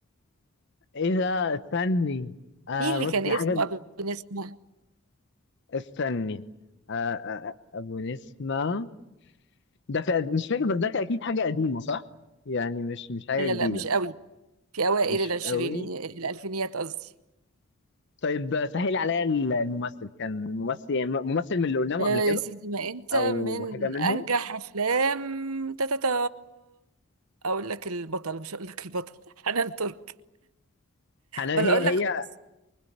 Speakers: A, on the left; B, on the right.
A: ايه ده استني آه
B: مين اللي
A: بص
B: كان
A: دي
B: اسمه
A: حاجة
B: ابو نسمة
A: استني آه آه آه، ابو نسمة ده في... مش فاكر بس ده كان اكيد حاجة قديمة صح؟ يعني مش مش حاجة
B: لا
A: جديدة
B: لا مش قوي في اوائل
A: مش
B: العشرينيات
A: قوي
B: الالفينيات قصدي
A: طيب سهل عليا ال- الممثل كان الممثل يعني ممثل من اللي قلناهم
B: آه
A: قبل
B: يا
A: كده
B: سيدي ما انت
A: او
B: من
A: حاجة منهم
B: انجح افلام تاتاتا اقول لك البطل مش هقول لك البطل <laughs> حنان ترك
A: حنان
B: ولا
A: هي
B: اقول
A: هي
B: لك خلاص